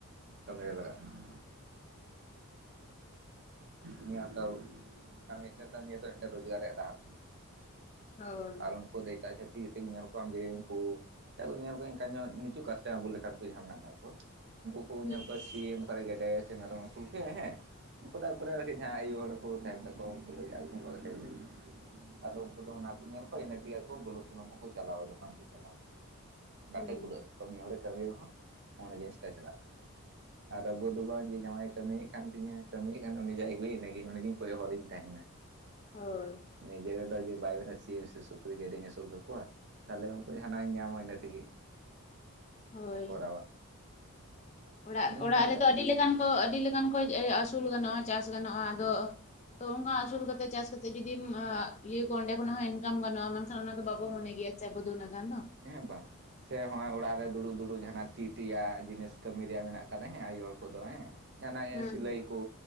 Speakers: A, on the right; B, on the left.
A: ᱠᱟᱹᱢᱤ ᱨᱮ ᱞᱟᱜᱟᱜ ᱠᱟᱱᱟ᱾ ᱱᱤᱭᱟᱹ ᱦᱚᱛᱟᱣ ᱠᱟᱢᱤ ᱟᱛᱮ ᱠᱟᱢᱤ ᱟᱛᱮ ᱢᱤᱫᱴᱮᱡ ᱨᱳᱡᱽᱜᱟᱨ ᱨᱮᱭᱟᱜ ᱰᱟᱦᱟᱨ ᱠᱟᱱᱟ᱾
B: ᱦᱳᱭ
A: ᱟᱨ ᱩᱱᱠᱩ ᱫᱚ ᱮᱴᱟᱜ ᱡᱷᱟᱹᱛᱤ ᱮᱛᱮᱢ ᱧᱮᱞ ᱠᱚᱣᱟᱢ ᱡᱮ ᱩᱱᱠᱩ ᱮᱴᱟᱜ ᱠᱚ ᱧᱮᱞ ᱠᱚᱣᱟ ᱮᱱᱠᱷᱟᱱ ᱧᱚᱜ ᱱᱤ ᱠᱤᱪᱷᱩ ᱠᱟᱥᱴᱮ ᱟᱵᱚ ᱞᱮᱠᱟᱱ ᱠᱚ ᱡᱟᱦᱟᱸ ᱢᱮᱱᱟᱜ ᱠᱟᱜ ᱠᱚᱣᱟ ᱩᱱᱠᱩ ᱠᱚ
B: ᱦᱩᱸ
A: ᱧᱮᱞ ᱠᱚᱣᱟ ᱥᱤ ᱮᱢ ᱚᱠᱟᱨᱮ ᱜᱮᱰᱮ ᱥᱮ ᱢᱮᱨᱚᱢᱮ ᱟᱹᱥᱩᱞ ᱠᱟᱭᱟ ᱦᱮᱸ ᱩᱱᱠᱩ ᱫᱚ ᱟᱹᱠᱩᱨᱮᱱ ᱟᱨᱠᱤ ᱡᱟᱦᱟᱸ ᱟᱭᱚ ᱦᱚᱲ ᱠᱚ ᱛᱟᱦᱮᱱ ᱛᱟᱠᱚᱣᱟ ᱩᱱᱠᱩ ᱞᱟᱹᱜᱤᱫ <unintelligible> ᱟᱫᱚ ᱩᱱᱠᱩ ᱫᱚ ᱚᱱᱟᱠᱩ ᱧᱮᱞ ᱠᱚᱣᱟ ᱤᱱᱟᱹ ᱛᱮᱜᱮ ᱟᱠᱚ ᱵᱩᱞᱩ ᱥᱩᱱᱩᱢ ᱦᱚᱸᱠᱚ ᱪᱟᱞᱟᱣᱟ ᱫᱚᱠᱟᱱ ᱠᱚ ᱪᱟᱞᱟᱣᱟ᱾ ᱚᱱᱟᱛᱮ
B: ᱦᱩᱸ
A: ᱠᱩᱞᱟᱹᱜ ᱛᱟᱠᱚᱣᱟ, ᱢᱤᱫ ᱦᱚᱲᱮ ᱠᱟᱹᱢᱤᱭ ᱨᱮᱦᱚᱸ ᱢᱚᱱᱮ ᱡᱤᱱᱤᱥ ᱴᱟᱜ ᱪᱟᱞᱟᱜ ᱛᱟᱠᱚᱣᱟ᱾ ᱟᱨ ᱟᱵᱩ ᱫᱚ ᱵᱟᱝ ᱡᱮ ᱡᱟᱶᱟᱭᱮ ᱠᱟᱹᱢᱤᱭᱮᱫ ᱠᱟᱱ ᱛᱤᱧᱟᱹ ᱠᱟᱹᱢᱤᱭᱮᱫ ᱠᱟᱱ ᱩᱱᱤ ᱡᱟᱭ ᱟᱹᱜᱩᱭ ᱤᱱᱟᱹ ᱜᱮ ᱩᱱᱤᱜᱮᱧ ᱠᱚᱭᱚᱜ ᱦᱚᱨᱤᱧ ᱛᱟᱦᱮᱱᱟ᱾
B: ᱦᱳᱭ᱾
A: ᱱᱤᱡᱮ ᱨᱮᱫᱚ ᱡᱮ ᱵᱟᱭ ᱢᱮᱱᱟ ᱥᱤᱢ ᱥᱮ ᱥᱩᱠᱨᱤ ᱜᱮᱰᱮᱧ ᱟᱹᱥᱩᱞ ᱠᱟᱠᱚᱣᱟ᱾ ᱛᱟᱦᱚᱞᱮ ᱩᱱᱠᱩ ᱡᱟᱦᱟᱱᱟᱜ ᱤᱧ ᱧᱟᱢᱟ ᱤᱱᱟᱹ ᱛᱮᱜᱮ
B: ᱦᱳᱭ
A: ᱠᱚᱨᱟᱣᱟ᱾
B: ᱚᱲᱟᱜ
A: ᱤᱧᱤᱧ
B: ᱚᱲᱟᱜ
A: ᱧᱮᱞ ᱟᱠᱟᱫ
B: ᱨᱮᱫᱚ ᱟᱹᱰᱤ
A: ᱠᱚᱣᱟ
B: ᱞᱮᱠᱟᱱ ᱠᱚ ᱟᱹᱰᱤ ᱞᱮᱠᱟᱱ ᱠᱚ ᱮ ᱟᱹᱥᱩᱞ ᱜᱟᱱᱚᱜᱼᱟ ᱪᱟᱥ ᱜᱟᱱᱚᱜᱼᱟ ᱟᱫᱚ ᱛᱚ ᱚᱱᱠᱟ ᱟᱹᱥᱩᱞ ᱠᱟᱛᱮ ᱪᱟᱥ ᱠᱟᱛᱮ ᱡᱩᱫᱤᱢ ᱟᱻ ᱤᱭᱟᱹ ᱠᱚᱣᱟ ᱚᱸᱰᱮ ᱠᱷᱚᱱᱟᱜ ᱦᱚᱸ ᱤᱱᱠᱟᱢ ᱜᱟᱱᱚ-ᱟ ᱚᱱᱟ ᱚᱱᱟ ᱫᱚ ᱵᱟᱵᱚ
A: ᱦᱮᱸ
B: ᱢᱚᱱᱮ ᱜᱮᱭᱟᱪᱮ ᱟᱵᱚᱫᱚ ᱩᱱᱟᱹᱜ ᱜᱟᱱ ᱫᱚ᱾
A: ᱦᱮᱸ ᱵᱟᱝ᱾ ᱥᱮ ᱦᱚᱸᱜᱼᱚᱭ ᱚᱲᱟᱜ ᱨᱮ ᱫᱩᱲᱩᱵ ᱫᱩᱲᱩᱵ ᱡᱟᱦᱱᱟᱜ ᱛᱤ ᱛᱮᱭᱟᱜ ᱡᱤᱱᱤᱥ ᱠᱟᱹᱢᱤ ᱨᱮᱭᱟᱜ ᱢᱮᱱᱟᱜ ᱟᱠᱟᱫᱟ ᱦᱮᱸ ᱟᱭᱳ ᱦᱚᱲ ᱠᱚᱫᱚ ᱦᱮᱸ᱾ ᱡᱟᱦᱱᱟᱜ
B: ᱦᱩᱸ
A: ᱮ ᱥᱤᱞᱟᱹᱭ ᱠᱚ